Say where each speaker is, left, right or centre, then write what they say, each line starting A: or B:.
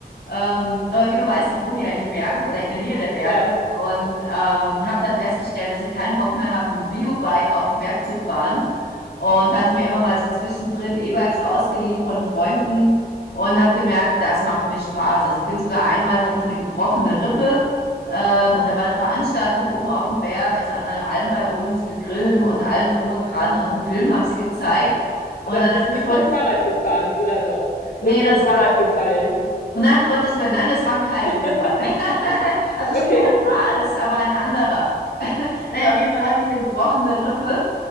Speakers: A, on the left (about 75°); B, on the left (about 65°).
A: Ähm, aber wie du weißt, ich wohne ja in den Bergen oder in der Nähe der Berge
B: Ja,
A: und ähm, habe dann festgestellt, dass ich keinen Bock mehr habe, mit dem Biobike auf den Berg zu fahren und hatte mir immer mal so zwischendrin E-Bikes ausgeliehen von Freunden und habe gemerkt, das macht mir Spaß. Also ich bin sogar einmal hatte ich eine gebrochene Rippe. Ähm, und da war eine Veranstaltung oben auf dem Berg, also an der Alm bei uns, mit Grillen und allem drum und dran. Und einen Film haben sie gezeigt. Und
B: aber
A: dann
B: du
A: habe
B: bist
A: ich mir
B: nicht
A: kurz,
B: vom Fahrrad gefahren, oder doch? Äh,
A: nee,
B: vom
A: das
B: Fahrrad
A: war,
B: gefallen.
A: nein, um Gottes Willen, nein, das war ein Kiteunfall.
B: <laughs>
A: <laughs> Also
B: Okay.
A: Sport war es, aber ein anderer. <laughs> Naja, auf jeden Fall hatte ich eine gebrochene Rippe